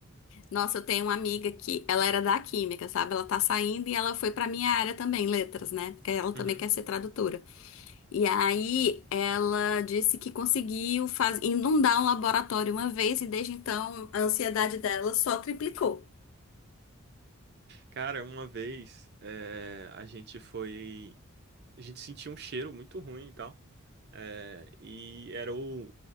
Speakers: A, on the left (about 65°); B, on the right (about 50°).
A: Nossa, eu tenho uma amiga que ela era da química, sabe? Ela tá saindo e ela foi pra minha área também, letras, né? Porque ela também
B: Uhum.
A: quer ser tradutora. E aí ela disse que conseguiu faz... inundar um laboratório uma vez e desde então a ansiedade dela só triplicou.
B: Cara, uma vez eh, a gente foi. A gente sentiu um cheiro muito ruim e tal. eh, e era o,